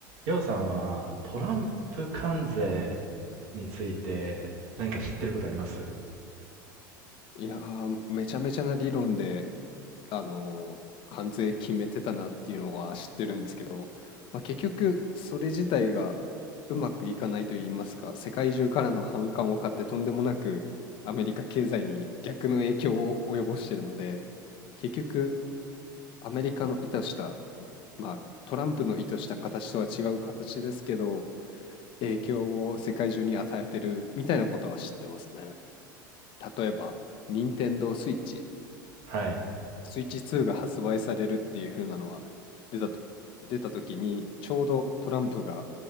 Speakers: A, on the right; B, on the left.
A: りょうさんはトランプ関税について何か知ってることあります
B: いやー、めちゃめちゃな理論で、あのー関税決めてたなっていうのは知ってるんですけど、まあ、結局それ自体がうまくいかないと言いますか、世界中からの反感を買ってとんでもなくアメリカ経済に逆の影響を及ぼしてるので、結局アメリカの意図した、まあ、トランプの意図した形とは違う形ですけど、影響を世界中に与えてるみたいなことは知ってますね。例えば、任天堂スイッチ
A: はい。
B: スイッチ2が発売されるっていう風なのは出たと、出た時にちょうどトランプが